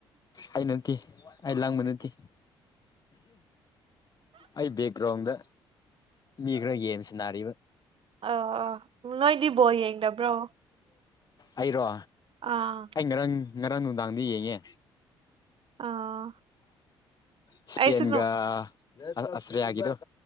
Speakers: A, on the left; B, on the right.
A: ꯑꯩ ꯅꯠꯇ ꯑ ꯂꯪ ꯃ ꯅꯠꯇꯤ ꯑꯩ ꯕꯦꯛꯒ꯭ꯔꯥꯎꯟꯗ ꯃꯤ ꯈꯔ ꯒꯦꯝꯁꯥꯟꯅꯔꯤꯕ
B: ꯑ ꯑꯥ ꯅꯣꯏꯗꯤ ꯕꯣꯜ ꯌꯦꯡꯗꯕ꯭ꯔꯣ
A: ꯑꯩꯔꯣ
B: ꯑꯥ
A: ꯑꯩ ꯉꯔꯥꯡ ꯉꯔꯥꯡ ꯅꯨꯡꯗꯥꯡꯗꯤ ꯌꯦꯡꯉꯦ
B: ꯑꯥ
A: ꯏꯁꯄꯦꯟꯒ
B: ꯑꯩꯁꯨ
A: ꯑꯁꯇꯔꯦꯂꯤꯌꯥꯒꯤꯗꯣ